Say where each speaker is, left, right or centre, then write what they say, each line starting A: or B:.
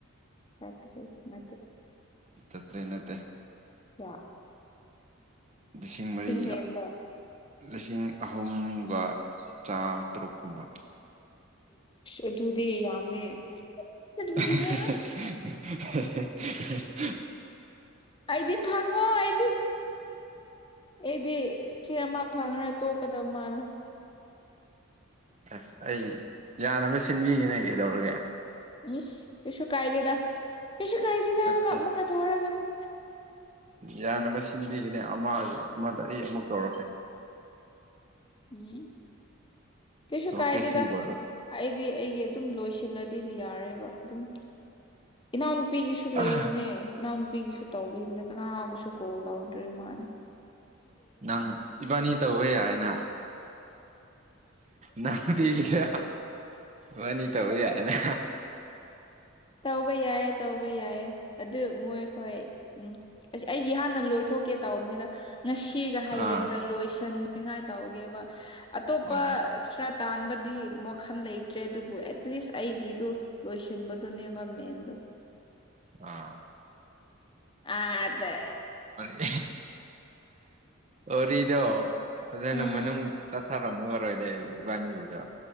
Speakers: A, on the left (about 25°); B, on the right (about 35°).
A: ꯆꯥꯇ꯭ꯔꯦꯠ ꯇꯦꯠ
B: ꯇꯠꯇ ꯌꯦ ꯅꯠꯇ
A: ꯌꯥ
B: ꯂꯤꯁꯤꯡ ꯃꯔꯤ
A: ꯍꯦꯟꯕ
B: ꯂꯤꯁꯤꯡ ꯑꯍꯨꯝꯒ ꯆꯥꯇꯔꯨꯛ ꯀꯨꯝꯕ
A: ꯑꯗꯨꯗꯤ ꯌꯥꯝꯃꯦ ꯀꯔꯤꯒꯤꯔꯥ
B: <inaudible>
A: ꯑꯩꯗꯤ ꯐꯒ ꯋꯥꯗꯤ ꯑꯩꯗꯤ ꯁꯤ ꯑꯃ ꯐꯪꯈ꯭ꯔ ꯇꯣꯛꯀꯗꯕ ꯃꯥꯜꯂꯦ
B: ꯑꯁ ꯑꯩ ꯌꯥꯅꯕ ꯁꯤꯟꯕꯤꯒꯦꯅꯦ ꯀꯩꯗꯧꯔꯒꯦ
A: ꯏ ꯑꯦꯁꯨ ꯀꯥꯏꯗꯦꯗ ꯑꯩꯁꯨꯀꯥꯏꯗꯤꯗꯃ
B: ꯅꯠꯇꯦ
A: ꯀ ꯊꯣꯔ ꯀꯅꯤ
B: ꯌꯥꯅꯕ ꯁꯤꯟꯕꯤꯒꯅꯤ ꯑꯃ ꯑꯃꯗ ꯑꯩ ꯑꯃꯨꯛ ꯇꯧꯔꯛꯀꯦ
A: ꯎꯝ ꯀꯩꯁꯨ
B: ꯇꯧꯔꯛꯀꯦ
A: ꯀꯥꯏꯗꯦꯗ
B: ꯁꯤ ꯂꯣꯏꯔ
A: ꯑꯩꯗꯤ ꯑꯩꯒꯤ ꯑꯗꯨꯝ ꯂꯣꯏꯁꯤꯜꯂꯗꯤꯗꯤ ꯌꯥꯔꯦꯕ ꯑꯗꯨꯝ ꯏꯅꯥꯎꯅꯨꯄꯤꯒꯤꯁꯨ
B: ꯑꯣ
A: ꯂꯩꯕꯅꯦ ꯏꯅꯥꯎꯅꯨꯄꯤꯒꯤꯁꯨ ꯇꯧꯕꯤꯕꯅꯦ ꯀꯅꯥꯕꯨꯁꯨ ꯀꯣꯜꯗꯗꯥꯥꯎꯗꯔ ꯃꯥꯅꯤ
B: ꯅꯪ ꯏꯕꯥꯅꯤ ꯇꯧꯋ ꯌꯥ ꯍꯥꯏꯅ ꯅꯪꯁꯨ ꯄꯤꯈꯤꯗ ꯋꯥꯅꯤ ꯇꯧꯧꯕ ꯌꯥꯏꯅꯦ
A: ꯇꯧꯕ ꯌꯥꯏꯌꯦ ꯇꯧꯕ ꯌꯥꯏ ꯑꯗꯨ ꯃꯣꯏ ꯍꯣꯏ ꯎꯝ ꯑꯁꯤꯁ ꯑꯩꯒꯤ ꯍꯥꯟꯅ ꯂꯣꯏꯊꯣꯛꯀꯦ ꯇꯧꯕꯅꯤꯗ ꯉꯁꯤꯒ ꯍꯌꯦꯡꯗ
B: ꯑꯥ
A: ꯂꯣꯏꯁꯟꯉꯥꯏ ꯇꯧꯒꯦꯕ ꯑꯇꯣꯞꯄ
B: ꯑꯣ
A: ꯑꯦꯛꯁꯇ꯭ꯔꯥ ꯇꯥꯟꯕꯗꯤ ꯃꯈꯟ ꯂꯩꯇ꯭ꯔꯦ ꯑꯗꯨꯕꯨ ꯑꯦꯠꯂꯤꯁ ꯑꯩꯒꯤꯗꯣ ꯂꯣꯏꯁꯤꯟꯕꯗꯨꯅꯦꯕ ꯃꯦꯟꯗꯣ
B: ꯑꯥ
A: ꯑ ꯑꯗ
B: <inaudible> ꯋꯥꯔꯤꯔꯤꯗꯣ ꯐꯖꯅ
A: ꯎꯝ
B: ꯃꯅꯨꯡ ꯆꯠꯊꯔꯝꯃꯨ ꯑꯣꯏꯔꯣꯏꯗ ꯏꯕꯥꯅꯤꯒꯤꯁꯨ